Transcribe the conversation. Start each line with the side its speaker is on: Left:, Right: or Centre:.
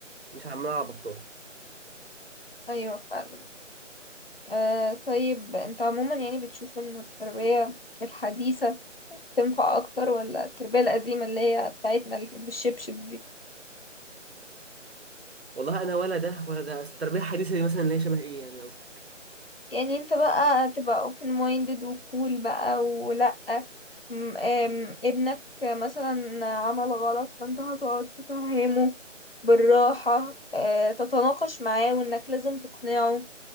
Right: مش عمال على بطال
Left: أيوه فعلا آه طيب انت عموما يعني بتشوف انه التربية الحديثة تنفع اكتر ولا التربية القديمة اللي هي بتاعتنا اللي كانت بالشبشب دي
Right: والله انا ولا ده ولا ده اصل التربيه الحديثه دي مثلا اللي هي شبه ايه يعني قصدي
Left: يعني انت بقى تبقى open minded وكول بقى ولا م- آم، ابنك مثلا عمل غلط فانت هتقعد تفهمه بالراحة آه، تتناقش معاه وانك لازم تقنعه